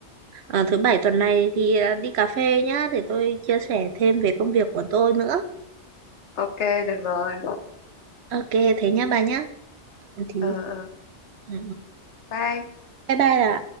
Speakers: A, on the right; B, on the left.
A: à, thứ bảy tuần này thì à, đi cà phê nhá để tôi chia sẻ thêm về công việc của tôi nữa
B: ok được rồi
A: ok thế nhá bà nhá Ừ, thì
B: ờ ờ
A: ừ,
B: bye
A: bye bye ạ